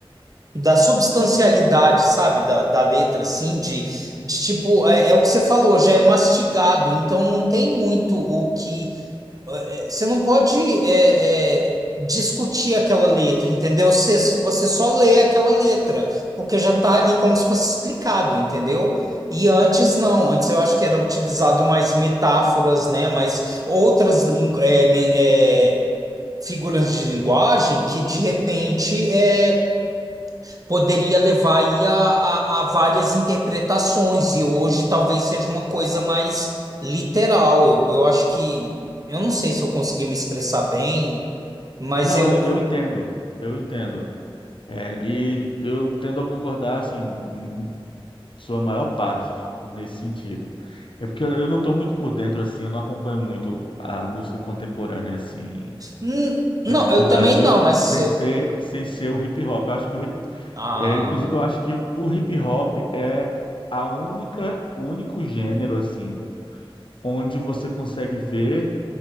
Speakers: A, on the right (about 40°); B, on the left (about 60°).
A: da substancialidade, sabe, da, da letra, assim, de, de tipo, é, é o que você falou, já é mastigado, então não tem muito o que. é, Você não pode é, é, discutir aquela letra, entendeu? Você, você só lê aquela letra, porque já tá ali como se fosse explicado, entendeu? E antes não, antes eu acho que era utilizado mais metáforas, né? Mais outras lingu é, me- é, figuras de linguagem que de repente é, poderia levar aí a, a, a várias interpretações, e hoje talvez seja uma coisa mais literal. Eu, eu acho que. Eu não sei se eu consegui me expressar bem, mas
B: É, Não,
A: eu.
B: eu eu entendo, eu entendo. É, e eu tendo a concordar, assim, sua maior parte nesse sentido. É porque eu não estou muito por dentro, assim, eu não acompanho muito a música contemporânea, assim,
A: Hum, Não,
B: é, do
A: eu
B: Brasil,
A: também não, mas
B: sem
A: eu.
B: ser, sem ser o hip hop. Eu acho que o hip,
A: Ah.
B: é, inclusive, eu acho que o hip hop é a única, o único gênero, assim, onde você consegue ver